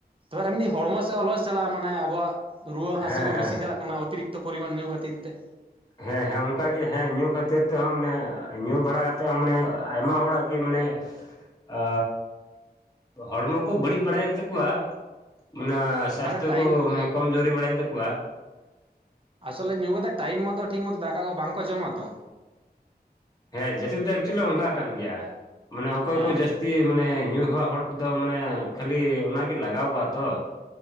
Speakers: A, on the right; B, on the left.
A: ᱯᱚᱨ ᱮᱢᱱᱤ ᱦᱚᱲᱢᱚ ᱥᱮᱫ ᱞᱚᱥ ᱪᱟᱞᱟᱜ-ᱟ ᱢᱟᱱᱮ ᱟᱵᱚᱣᱟᱜ ᱨᱩᱣᱟᱹ
B: ᱦᱮᱸ
A: ᱦᱟᱹᱥᱩ ᱠᱚ
B: ᱦᱮᱸ
A: ᱵᱮᱥᱤ
B: ᱦᱮᱸ
A: ᱪᱟᱞᱟᱜ ᱠᱟᱱᱟ ᱚᱛᱤᱨᱤᱠᱛᱚ ᱯᱚᱨᱤᱢᱟᱱ ᱧᱩ ᱠᱷᱟᱹᱛᱤᱨ ᱛᱮ᱾
B: ᱦᱮᱸ ᱦᱮᱸ ᱚᱝᱠᱟᱜᱮ ᱦᱮᱸ ᱧᱩ ᱠᱷᱟᱹᱛᱤᱨ ᱛᱮᱦᱚᱸ ᱢᱟᱱᱮ ᱧᱩ ᱵᱟᱲᱟ ᱠᱟᱛᱮᱜ ᱦᱚᱸ ᱢᱟᱱᱮ ᱟᱭᱢᱟ ᱦᱚᱲᱟᱜ ᱠᱤ ᱢᱟᱱᱮ ᱟᱻ ᱦᱚᱲᱢᱚ ᱠᱚ ᱵᱟᱹᱲᱤᱡ ᱵᱟᱲᱟᱭᱮᱱ ᱛᱟᱠᱚᱣᱟ ᱢᱟᱱᱮ ᱥᱟᱥᱛᱷᱚ
A: ᱢᱟᱱᱮ ᱴᱟᱭᱤᱢ
B: ᱠᱚ, ᱢᱟᱱᱮ᱾ ᱠᱚᱢ ᱡᱳᱨᱤ ᱵᱟᱲᱟᱭᱮᱱ ᱛᱟᱠᱚᱣᱟ᱾
A: ᱟᱥᱚᱞᱮ ᱧᱩ ᱠᱟᱛᱮᱫ ᱴᱟᱭᱤᱢ ᱢᱚᱛᱚ ᱴᱷᱤᱠ ᱢᱚᱛᱚ ᱫᱟᱠᱟ ᱠᱚ ᱵᱟᱝᱠᱚ ᱡᱚᱢᱟ ᱛᱚ᱾
B: ᱦᱮᱸ ᱡᱟᱹᱛᱤ ᱫᱚ ᱮᱠᱪᱩᱞᱤ ᱚᱱᱠᱟ ᱠᱟᱱ ᱜᱮᱭᱟ ᱢᱟᱱᱮ ᱚᱠᱚᱭ
A: ᱦᱮᱸ
B: ᱠᱚ ᱡᱟᱹᱥᱛᱤ᱾ ᱡᱮ, ᱢᱟᱱᱮ ᱧᱩ ᱦᱮᱣᱟᱜ ᱦᱚᱲ ᱫᱚ ᱢᱟᱱᱮ ᱠᱷᱟᱹᱞᱤ ᱚᱱᱟᱜᱮ ᱞᱟᱜᱟᱣ ᱠᱚᱣᱟ ᱛᱚ᱾